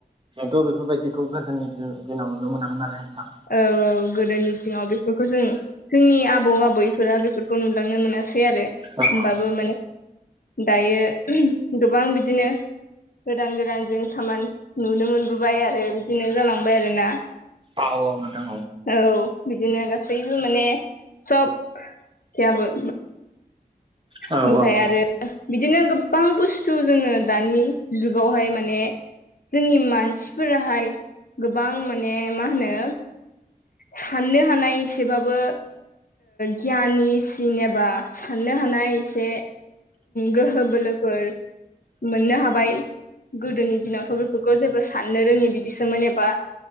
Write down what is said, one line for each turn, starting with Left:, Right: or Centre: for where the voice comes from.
Right: जोथ' बेफोरबायदिखौ गोदोनि दिनाव नुनो मोनामोन नालाय नोंथां
Left: औ औ गोदोनि दिङाव बेफोरखौ जों जोंनि आबौ आबैफोरा बेफोरखौ नुलांनो मोनासै सै आरो
Right: औ
Left: होमबाबो माने दायो गोबां बिदिनो गोदान गोदान जों सामान नुनो मोनबोबाय आरो बिदिनो जालांबाय आरोना
Right: औ औ औ नोंथां
Left: औ बिदिनो गासैबो माने सब गैयाबो
Right: औ
Left: ओमफफ्राय
Right: औ
Left: आरो
Right: औ
Left: बिदिनो गोबां बुस्थु जोङो दानि जुगावहाय माने जोंनि मानसिफोराहाय गोबां माने मा होनो साननो हानाय एसेबाबो गियानिसिन एबा साननो थनो हानाय एसे गोहो बोलोफोर मोननो हाबाय गोदोनि दिनावथ' बे बेफोरखौ जेबो साननो रोङि बिदिसोमोन एबा